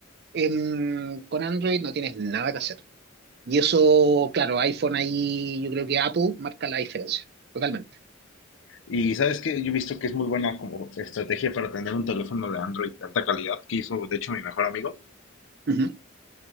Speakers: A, on the right (about 55°); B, on the left (about 70°).
A: em, con Android no tienes nada que hacer. Y eso, claro, iPhone ahí, yo creo que Apple marca la diferencia, totalmente.
B: Y sabes que yo he visto que es muy buena como estrategia para tener un teléfono de Android de alta calidad, que hizo de hecho mi mejor amigo,
A: Ujú.